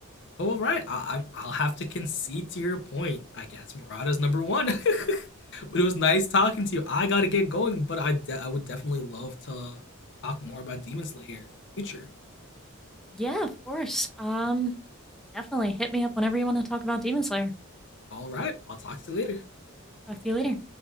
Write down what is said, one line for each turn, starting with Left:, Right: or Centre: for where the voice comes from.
Left: Oh, all right. I, I, I'll have to concede to your point. I guess Morata's number one. <laughs> but it was nice talking to you. I gotta get going, but I, de- I would definitely love to talk more about Demon Slayer in the future.
Centre: Yeah, of course. Um, definitely hit me up whenever you want to talk about Demon Slayer.
Left: All right. I'll talk to you later.
Centre: Talk to you later.